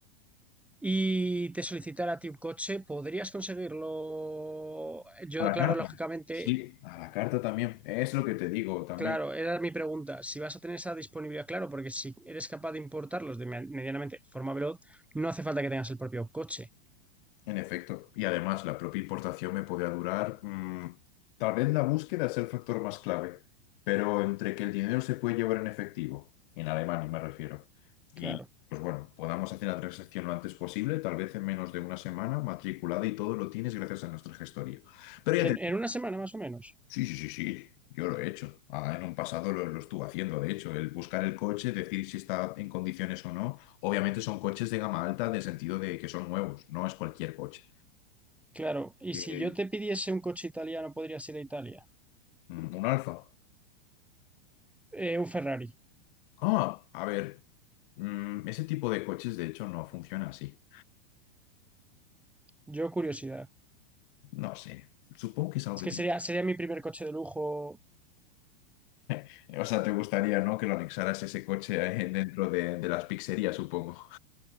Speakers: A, in the centre; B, on the left (about 55°).
A: y te solicitara a ti un coche, ¿podrías conseguirlo? Yo,
B: A la
A: claro,
B: carta.
A: lógicamente
B: Sí, a la carta también. Es lo que te digo también,
A: Claro, era mi pregunta. Si vas a tener esa disponibilidad, claro, porque si eres capaz de importarlos de me- medianamente de forma veloz, no hace falta que tengas el propio coche.
B: en efecto. Y además, la propia importación me podría durar. mm, tal vez la búsqueda es el factor más clave, pero entre que el dinero se puede llevar en efectivo, en Alemania me refiero, y
A: Claro.
B: pues bueno, podamos hacer la transacción lo antes posible, tal vez en menos de una semana, matriculada y todo lo tienes gracias a nuestra gestoría. Pero ya te
A: En, en una semana más o menos.
B: Sí, sí, sí, sí, yo lo he hecho. Ah, en un pasado lo, lo estuve haciendo, de hecho, el buscar el coche, decir si está en condiciones o no. Obviamente son coches de gama alta, de sentido de que son nuevos, no es cualquier coche.
A: Claro. Y
B: Eh,
A: si yo te pidiese un coche italiano, podrías ir a Italia.
B: mm, un Alfa.
A: Eh, un Ferrari.
B: Ah, a ver, mm, ese tipo de coches de hecho no funciona así.
A: Yo curiosidad.
B: No sé, supongo que es algo
A: Es
B: que...
A: que
B: te-
A: sería, sería mi primer coche de lujo.
B: <laughs> O sea, te gustaría, ¿no? Que lo anexaras ese coche eh, dentro de, de las pizzerías, supongo.